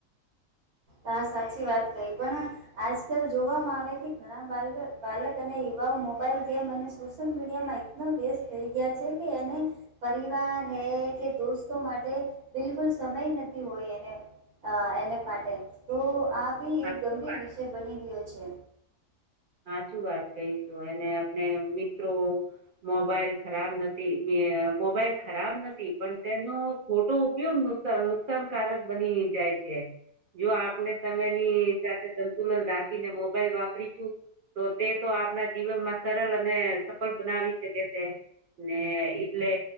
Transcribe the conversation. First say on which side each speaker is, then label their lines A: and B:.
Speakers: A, on the right; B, on the right.
A: હ સાચી વાત કહી પણ, આજકાલ જોવામાં આવે કે ઘણા બા બાલક અને યુ મોબાઈલ ગેમ અને સોશિયલ મીડિયામાં એનો વેસ્ટ થઈ ગયા છે કે એને પરિવાર, કે દોસ્તો માટે, બિલકુલ સમય નથી હોય એને, એને માટે. તો આ ભી
B: હા,
A: એક ગંભીર વિષય બની ગયો છે.
B: હચું વાત કહીશું અને આપને મિત્રો મોબાઈલ, ખરાબ નથી. મોબાઈલ ખરાબ નથી પણ તેનો ખોટો ઉપયોગ નુકસાનકારક બની જ છે, જો આપણે સમયની સાથે સંતુલન રાખીને મોબાઈલ વાપરી છું. તો તે તો આપણા જીવનમાં સરળ અને સફળ બનાવી શકે છે. ને એટલે